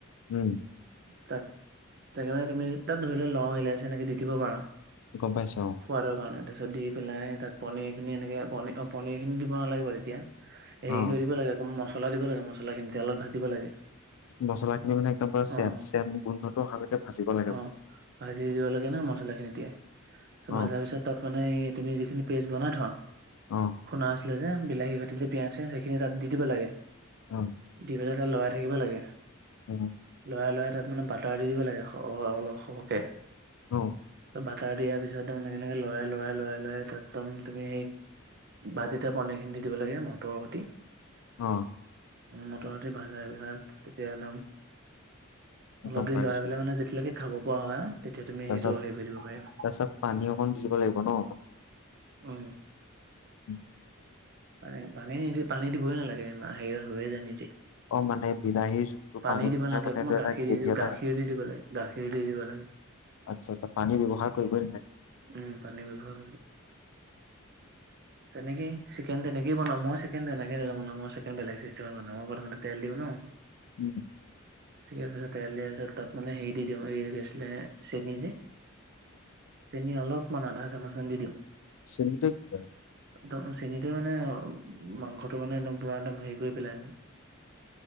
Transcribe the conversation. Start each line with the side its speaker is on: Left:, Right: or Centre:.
Left: উম।
Right: তাত <unintelligible> মানে তুমি তাত ধৰি লোৱা লং, ইলাচী এনেকৈ দি দিব পাৰা৷
Left: গম পাইছোঁ৷
Right: সোৱাদৰ কাৰণে দি পেলাই তাত পনীৰখিনি এনেকৈ প, অ, পনীৰখিনি দিব নালাগে বাৰু তেতিয়া হেৰি
Left: অ',
Right: কৰিব লাগে, আক' মছলা দিব লাগে, মছলাখিনি তেলত ভাজিব লাগে৷
Left: মছলা খিনি মানে একদম পুৰা চেন,
Right: অ
Left: চে, গোন্ধটো অহালৈকে ভাজিব লাগে৷
Right: অ', ভাজি দিব লাগে ন, মছলা খিনি এতিয়াই
Left: অ',
Right: ভাজা পিছত তাত মানে তুমি যিখিনি পেষ্ট বনাই থোৱা৷খুন্দা
Left: অ',
Right: আছিলে যে বিলাহীৰ সৈতে যে পিয়াঁজ-চিয়াঁজ সেইখিনি তাত দি দিব লাগে৷
Left: অ',
Right: দি পেলাই তাত লৰাই থাকিব লাগে৷
Left: অ',
Right: লৰাই, লৰাই তাত মানে বাটাৰ দি দিব লাগে অ', অ', অলপ সৰহকে
Left: অ'।
Right: তাৰপিছত বাটাৰ দিয়াৰ পিছত তুমি তেনেকে লৰাই, লৰাই, লৰাই, লৰাই তাতদম তুমি ভাজিতে পানীৰখিনি দি দিব লাগে, মটৰৰ সৈতে।
Left: অ',
Right: মটৰতে ভাজাই পেলাই তেতিয়া একদম, অলপ
Left: গম
Right: দেৰি
Left: পাইছো।
Right: লৰাই পেলাই মানে যেতিয়ালৈকে খাব পৰা হয়৷ তেতিয়া তুমি
Left: তাৰপিছত,
Right: সেইটো হেৰি কৰি দিব পাৰিবা।
Left: তাৰছত, পানী অকণ দি দিব লাগিব ন?
Right: উম,
Left: উম।
Right: পানী, পানী, নিদি, পানী দিবই নালাগে, হেৰিয়ত হৈয়ে যায় নিজে।
Left: অ মানে বিলাহীৰ যোনটো
Right: পানী দিব
Left: খাই
Right: লাগে,
Left: মানে
Right: অকমান
Left: এইটো এটা
Right: গাখীৰ
Left: গ্ৰেভি
Right: দি,
Left: এটা
Right: গাখীৰ
Left: হয়
Right: দি দিব লাগে, গাখীৰ দি দিব লাগে৷
Left: আচ্ছা আচ্ছা পানী ব্যৱহাৰ কৰিবই নালাগে
Right: উম, পানী বিভাগ তেনেকে। চিকেন তেনেকেই বনা মই চিকেন তেনেকৈ ন, বনা মই চিকেন বেলেগিষ্টেম বনাওঁ মই প্ৰথম তে দিওঁ ন।
Left: উম।
Right: চিকাৰ পিছত, তেল দিয়াৰ পিছত তাত মানে হেৰি দি দিওঁ এই গছিলে চেনি যে চেনি অলপমান আধা চামুচ মান দি দিওঁ।
Left: চণীতে কি কৰে
Right: একম চেনিটোৱে মানে মাংসটো মানে একদম পুৰা একদম হেৰি কৰি পেলাই একদম